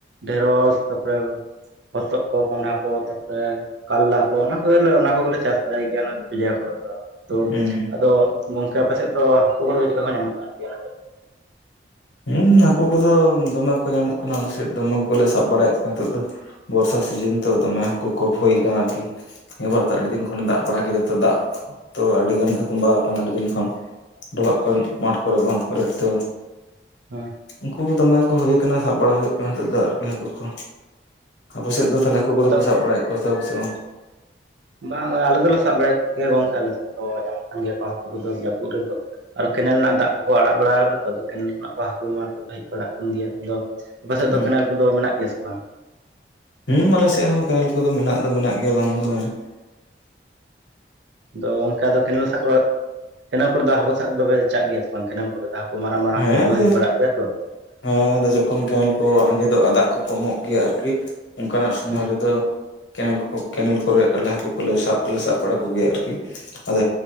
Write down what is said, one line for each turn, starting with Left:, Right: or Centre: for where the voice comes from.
Right: ᱰᱷᱮᱨᱚᱥ ᱛᱟ ᱯᱚᱨᱮ ᱟᱫᱚ ᱦᱚᱛᱚᱜ ᱠᱚ ᱠᱚᱸᱰᱷᱟ ᱠᱚ ᱛᱟᱯᱚᱨᱮ ᱠᱟᱞᱞᱟ ᱠᱚ ᱚᱱᱟ ᱠᱚᱞᱮ ᱚᱱᱟ ᱠᱚᱦᱚ ᱠᱚᱞᱮ ᱪᱟᱥ ᱵᱟᱲᱟᱭ ᱜᱮᱭᱟ ᱚᱱᱟ ᱜᱷᱩᱴᱩ ᱡᱟᱭᱜᱟ ᱠᱚᱨᱮ ᱫᱚ ᱛᱚ
Left: ᱦᱩᱸ
Right: ᱟᱫᱚ ᱜᱚᱝᱠᱮ ᱟᱯᱮ ᱥᱮᱫ ᱛᱚ ᱦᱟᱠᱳ ᱠᱚᱫᱚ ᱪᱮᱠᱟ ᱠᱚ ᱧᱟᱢᱚᱜ ᱠᱟᱱ ᱜᱮᱭᱟ
Left: ᱦᱩᱸ ᱦᱟᱹᱠᱩ ᱠᱚᱫᱚ ᱫᱚᱢᱮ ᱠᱚ ᱧᱟᱢᱚᱜ ᱠᱟᱱᱟ ᱟᱞᱮ ᱥᱮᱫ ᱫᱚᱢᱮᱞ ᱠᱚᱞᱮ ᱥᱟᱵ ᱵᱟᱲᱟᱮᱫ ᱠᱚᱣᱟ ᱦᱤᱛᱚᱜ ᱫᱚ ᱾ ᱵᱚᱨᱥᱟ ᱥᱤᱡᱤᱱ ᱛᱚ ᱫᱚᱢᱮ ᱠᱚᱠᱚᱯ ᱦᱳᱭ ᱠᱟᱱᱟ ᱟᱨᱠᱤ ᱱᱤᱭᱟᱹᱵᱟᱨ ᱫᱚ ᱟᱹᱰᱤ ᱫᱤᱱ ᱠᱷᱚᱱᱮ ᱫᱟᱜ ᱵᱟᱲᱟ ᱠᱮᱫᱟ ᱛᱚ ᱫᱟᱜ ᱛᱚ ᱟᱹᱰᱤ ᱜᱟᱱ ᱛᱩᱢᱵᱟ ᱠᱟᱱᱟ ᱟᱹᱰᱤ ᱫᱤᱱ ᱠᱷᱚᱱ ᱰᱚᱵᱟᱜ ᱠᱚᱨᱮ ᱢᱟᱴᱷ ᱠᱚᱨᱮ ᱵᱟᱸᱫᱷ ᱠᱚᱨᱮ ᱛᱚ
Right: ᱦᱮᱸ
Left: ᱩᱱᱠᱩ ᱫᱚᱢᱮ ᱠᱚ ᱦᱳᱭ ᱠᱟᱱᱟ ᱥᱟᱵ ᱵᱟᱲᱟ ᱦᱳᱭᱳᱜ ᱠᱟᱱᱟ ᱦᱤᱛᱚᱜ ᱫᱚ ᱟᱨᱠᱤ ᱦᱟᱹᱠᱳ ᱠᱚ ᱟᱯᱮ ᱥᱮᱫ ᱫᱚ ᱛᱟᱷᱞᱮ ᱦᱟᱹᱠᱳ ᱠᱚᱫᱚ
Right: ᱟᱫᱚ
Left: ᱯᱮ ᱥᱟᱵ ᱵᱟᱲᱟᱭᱮᱫ ᱠᱚᱣᱟ ᱥᱮ ᱥᱮ ᱵᱟᱝ
Right: ᱵᱟᱝ ᱟᱞᱮ ᱫᱚᱞᱮ ᱥᱟᱵ ᱵᱟᱲᱟᱭᱮᱫ ᱠᱤᱭᱟ ᱜᱚᱝᱠᱮ ᱟᱞᱮ ᱥᱮᱫ ᱫᱚ ᱧᱟᱢᱚᱜ ᱠᱟᱱ ᱜᱮᱭᱟ ᱠᱚ ᱦᱟᱹᱠᱩ ᱠᱚᱫᱚ ᱡᱟᱹᱯᱩᱫ ᱨᱮᱫᱚ ᱟᱨ ᱠᱮᱱᱮᱞ ᱨᱮᱱᱟᱜ ᱫᱟᱜ ᱠᱚᱠᱚ ᱟᱲᱟᱜ ᱵᱟᱲᱟ ᱠᱟᱫᱟ ᱛᱚ ᱟᱫᱚ ᱠᱮᱱᱮᱞ ᱠᱷᱚᱱᱟᱜ ᱠᱚ ᱦᱟᱹᱠᱳ ᱢᱟ ᱠᱚ ᱦᱮᱡ ᱵᱟᱲᱟᱜ ᱠᱟᱱ ᱜᱮᱭᱟ ᱟᱫᱚ ᱟᱯᱟᱥᱮᱫ
Left: ᱦᱩᱸ
Right: ᱫᱚ ᱠᱮᱱᱮᱞ ᱠᱚᱫᱚ ᱢᱮᱱᱟᱜ ᱜᱮᱭᱟ ᱥᱮ ᱵᱟᱝ
Left: ᱦᱩᱸ ᱟᱞᱮ ᱥᱮᱜ ᱦᱚᱸ ᱠᱮᱱᱮᱞ ᱠᱚᱫᱚ ᱢᱮᱱᱟᱜ ᱫᱚ ᱢᱮᱱᱟᱜ ᱜᱮᱭᱟ ᱵᱟᱝ ᱫᱚ ᱵᱟᱝ
Right: ᱫᱚ ᱚᱝᱠᱮ ᱟᱫᱚ ᱠᱮᱱᱮᱞ ᱠᱮᱱᱮᱞ ᱠᱚᱨᱮ ᱫᱚ ᱦᱟᱹᱠᱳ ᱥᱟᱵ ᱠᱚᱫᱚ ᱯᱮ ᱪᱟᱜ ᱜᱮᱭᱟ ᱥᱮ ᱵᱟᱝ ᱠᱮᱱᱮᱞ ᱠᱚᱨᱮ ᱫᱚ ᱦᱟᱹᱠᱳ ᱢᱟᱨᱟᱝ ᱢᱟᱨᱟᱝ
Left: ᱦᱮᱸ
Right: ᱦᱚᱠᱳ ᱠᱚ
Left: ᱟᱫᱚ
Right: ᱦᱮᱡ ᱵᱟᱲᱟᱜ ᱜᱮᱭᱟ ᱛᱚ
Left: ᱦᱮᱸ ᱡᱚᱠᱷᱚᱱ ᱠᱮᱱᱮᱞ ᱠᱚ ᱟᱸᱡᱮᱫᱚᱜᱼᱟ ᱫᱟᱜ ᱠᱚ ᱠᱚᱢᱚᱜ ᱜᱮᱭᱟ ᱟᱨᱠᱤ ᱚᱱᱠᱟᱱᱟᱜ ᱥᱚᱢᱚᱭ
Right: ᱦᱩᱸ
Left: ᱨᱮᱫᱚ ᱠᱮᱱᱮᱞ ᱠᱚ ᱠᱮᱱᱮᱞ ᱠᱚᱨᱮ ᱟᱞᱮ ᱦᱟᱹᱠᱳ ᱠᱚᱞᱮ ᱥᱟᱵ ᱫᱚᱞᱮ ᱥᱟᱵ ᱵᱟᱲᱟ ᱠᱚᱜᱮᱭᱟ ᱟᱨᱠᱤ ᱟᱫᱚ